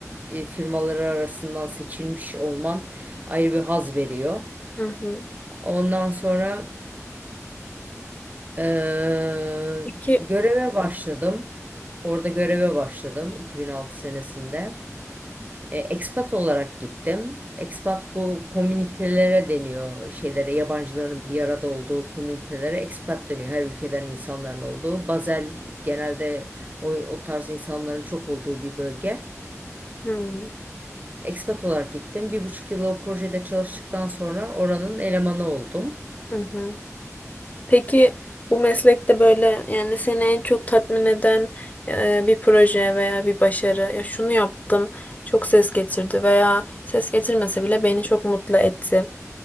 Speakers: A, on the right; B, on the left.
A: e, firmaları arasından seçilmiş olman ayrı bir haz veriyor.
B: Hı hı.
A: Ondan sonra e,
B: Peki,
A: göreve başladım. Orada göreve başladım 2006 senesinde. E, expat olarak gittim. Expat bu komünitelere deniyor şeylere, yabancıların bir arada olduğu komünitelere expat deniyor. Her ülkeden insanların olduğu. Basel genelde o, o tarz insanların çok olduğu bir bölge.
B: hı.
A: Expat olarak gittim. Bir buçuk yıl o projede çalıştıktan sonra oranın elemanı oldum.
B: hı. hı. Peki bu meslekte böyle yani seni en çok tatmin eden e, bir proje veya bir başarı ya şunu yaptım çok ses getirdi veya ses getirmese bile beni çok mutlu etti